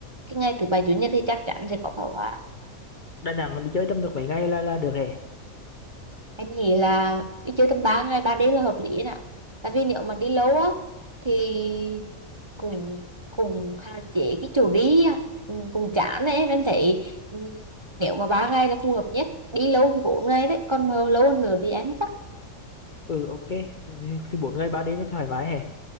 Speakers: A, on the right (about 35°); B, on the left (about 40°).
A: cái ngày thứ bảy chủ nhật thì chắc chắn sẽ có pháo hoa
B: Đà Nẵng đi chơi tầm được mấy ngày là là được hè
A: em nghĩ là đi chơi tầm 3 ngày 3 đêm là hợp lý nè tại vì nếu mà đi lâu á thì cũng cũng hạn chế cái chỗ đi á. ừ, cũng chán ấy em thấy ừ, nếu mà ba ngày là phù hợp nhất đi lâu thì bốn ngày đấy còn mà lâu hơn nữa thì em chắc
B: ừ ok thì bốn ngày ba đêm mới thoải mái hè